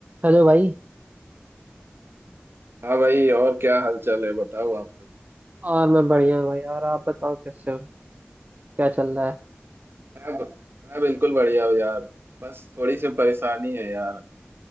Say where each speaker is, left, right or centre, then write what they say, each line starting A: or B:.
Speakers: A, on the right; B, on the right.
A: Hello भाई
B: हाँ भाई और क्या हालचाल है बताओ आपका
A: और मैं बढ़िया हूँ भाई और आप बताओ कैसे हो क्या चल रहा है
B: मैं मैं बिल्कुल बढ़िया हूँ यार बस थोड़ी सी परेशानी है यार